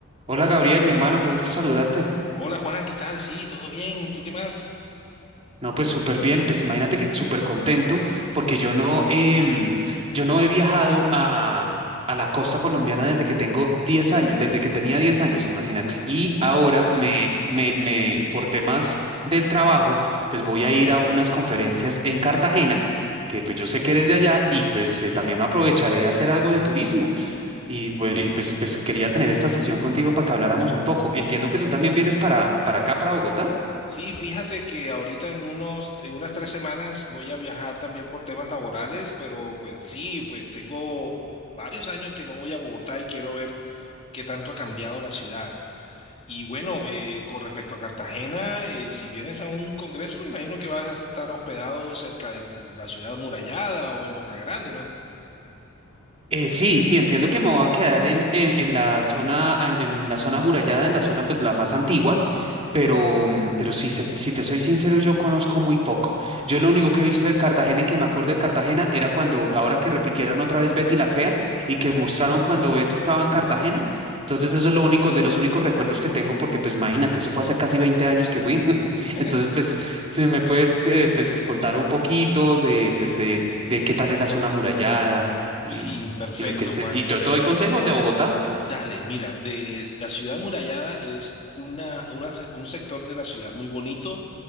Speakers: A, on the right (about 30°); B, on the left (about 30°).
A: Hola Gabriel, mi hermano, qué gusto saludarte.
B: Hola Juan, ¿qué tal? Sí, todo bien. ¿Tú qué más?
A: No, pues súper bien, pues imagínate que súper contento porque yo no, em, yo no he viajado a, a la costa colombiana desde que tengo 10 años, desde que tenía 10 años, imagínate. Y
B: Uy.
A: ahora me, me, me, por temas del trabajo, pues voy a ir a unas conferencias en Cartagena, que pues yo sé que eres de allá y pues eh, también me aprovecharé a hacer algo de turismo. Y pues, y, pues, pues quería tener esta sesión contigo para que habláramos un poco. Entiendo que tú también vienes para, para acá, para Bogotá.
B: Sí, fíjate que ahorita en unos, en unas tres semanas voy a viajar también por temas laborales, pero pues sí, pues tengo varios años que no voy a Bogotá y quiero ver qué tanto ha cambiado la ciudad. Y bueno, eh, con respecto a Cartagena, eh, si vienes a un congreso, me imagino que vas a estar hospedado cerca de la ciudad murallada o en Boca Grande, ¿no?
A: Eh, sí, sí, entiendo que me voy a quedar en, en, en la zona, en, en la zona amurallada, en la zona pues la más antigua, pero, mm, pero si, se- si te soy sincero, yo conozco muy poco. Yo
B: Ok.
A: lo único que he visto de Cartagena y que me acuerdo de Cartagena era cuando, ahora que repitieron otra vez Betty la Fea y que mostraron cuando Betty estaba en Cartagena. Entonces eso es lo único, de los únicos recuerdos que tengo, porque pues imagínate, eso fue hace casi 20 años que fui. <laughs>
B: <laughs>
A: Entonces pues, si me puedes eh, pues, contar un poquito de, pues, de, de qué tal es la zona amurallada y,
B: Sí, perfecto,
A: y lo que se,
B: Juan.
A: y te
B: Mira.
A: doy consejos de Bogotá.
B: Dale, mira, de la ciudad amurallada es una, una se- un sector de la ciudad muy bonito,